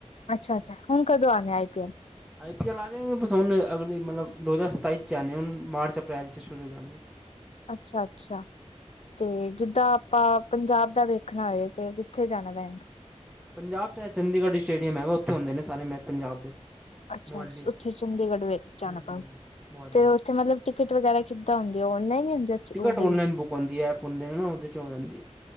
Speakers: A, on the left; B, in the centre.
A: ਅੱਛਾ-ਅੱਛਾ, ਹੁਣ ਕਦੋਂ ਆਣਾ I P L?
B: I P L ਆ ਜਾਏਗੇ ਬਸ ਹੁਣੇ, ਅਗਲੀ ਮਲਬ ਦੋ ਹਜ਼ਾਰ ਸਤਾਈ ਚ ਆਣੇ ਹੁਣ ਮਾਰਚ-ਅਪ੍ਰੈਲ ਸ਼ੁਰੂ ਹੋ ਜਾਣਗੇ।
A: ਅੱਛਾ-ਅੱਛਾ। ਤੇ ਜਿੱਦਾਂ ਆਪਾਂ ਪੰਜਾਬ ਦਾ ਵੇਖਣਾ ਹੋਏ ਤੇ ਕਿੱਥੇ ਜਾਣਾ ਪੈ
B: ਪੰਜਾਬ ਚ ਐ ਚੰਡੀਗੜ੍ਹ ਸਟੇਡੀਅਮ ਐ ਓਥੇ ਹੁੰਦੇ ਨੇ ਸਾਰੇ ਮੈਚ ਪੰਜਾਬ ਦੇ।
A: ਅੱਛਾ
B: ਮੋਹਾਲੀ
A: ਓਥੇ ਚੰਡੀਗੜ੍ਹ ਵੇ ਜਾਣਾ
B: ਹੂੰ ਹੂੰ
A: ਪ‌ਓ
B: ਮੋਹਾਲੀ
A: ਤੇ ਓਥੇ ਮਤਲ ਟਿਕਟ ਵਗੈਰਾ ਕਿੱਦਾਂ ਹੁੰਦੀ ਐ ਔਨਲਾਈਨ ‌ਈ ਹੁੰਦੀ?
B: ਟਿਕਟ
A: ਉਹਦੇ
B: ਔਨਲਾਈਨ
A: ਵੀ
B: ਬੁੱਕ ਹੁੰਦੀ ਐ ਐਪ ਹੁੰਦੇ ਨੇ ਨਾ ਓਦੇ ਚ ਹੋ ਜਾਂਦੀ ਐ।